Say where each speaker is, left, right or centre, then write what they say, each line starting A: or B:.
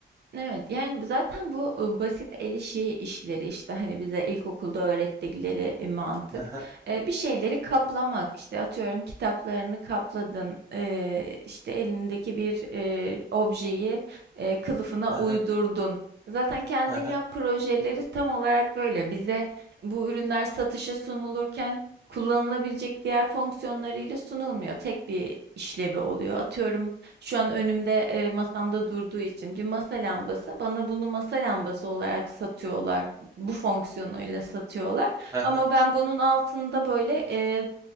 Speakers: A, on the right (about 70°); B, on the right (about 15°).
A: Evet, yani bu- zaten bu e, basit el işi işleri işte hani bize ilkokulda öğrettikleri e, mantık.
B: Hı hı,
A: E, bir şeyleri kaplamak işte atıyorum kitaplarını kapladın e, işte elindeki bir e, objeyi e, kılıfına
B: hı
A: uydurdun.
B: hı,
A: Zaten kendin
B: hı hı,
A: yap projeleri tam olarak böyle bize bu ürünler satışa sunulurken kullanılabilecek diğer fonksiyonlarıyla sunulmuyor. Tek bir işlevi oluyor. Atıyorum şu an önümde, eee, masamda durduğu için bir masa lambası. Bana bunu masa lambası olarak satıyorlar. Bu fonksiyonuyla satıyorlar.
B: hı hı.
A: Ama ben bunun altında böyle eee,